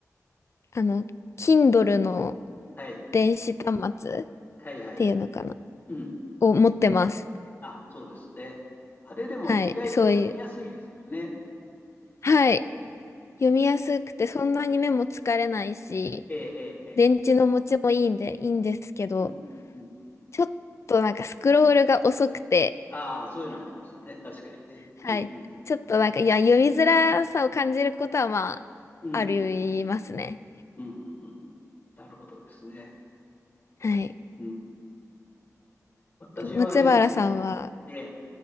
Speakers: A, on the left; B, on the left.
A: あの、Kindle の
B: はい。
A: 電子端末っ
B: はい、はい。
A: ていうのかな
B: うん。
A: を持ってます。
B: あ、そうですね。あれでも意外と読みやすいですよね。
A: はい。そういう。はい。
B: うん。
A: 読みやすくて、そんなに目も疲れないし、
B: ええ、ええ、ええ。
A: 電池の持ちもいいんで、いいんですけど、
B: うん。うん。
A: ちょっとなんかスクロールが遅くて、
B: ああ、そういうのありますね。確かにね。
A: はい。
B: うん、うん。
A: ちょっとなんか、いや、読みづらさを感じることは、ま
B: うん、
A: あ、ありますね。
B: うん、うん。うんうんなるほどですね。
A: はい。
B: うん。私はあれですね。
A: 松原さんは、
B: ええ。